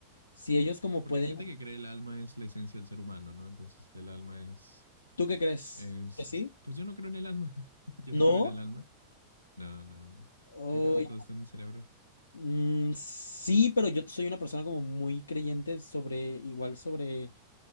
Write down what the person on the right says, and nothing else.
Porque
hay gente que cree el alma es la esencia del ser humano, ¿no? Entonces el alma es
Es,
pues yo no creo en el alma. <laughs> Yo
no creo en el alma. No, no, no.
Yo creo que todo está en el cerebro.